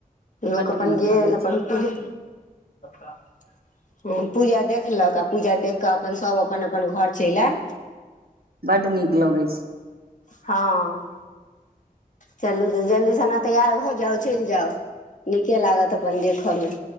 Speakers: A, on the left; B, on the right.
A: लोक
B: बड्ड
A: अपन
B: नीक
A: गेल,
B: लगै
A: अपन
B: छै
A: पूजा। हँ, पूजा देखलक आ पूजा देख कऽ अपन सभ अपन अपन घर चलि आयब।
B: बड नीक लगैत छै।
A: हँ, चलू तऽ जल्दीसे तैयार भऽ जाउ, चलि जाउ। नीके लागत अपन देखऽमे।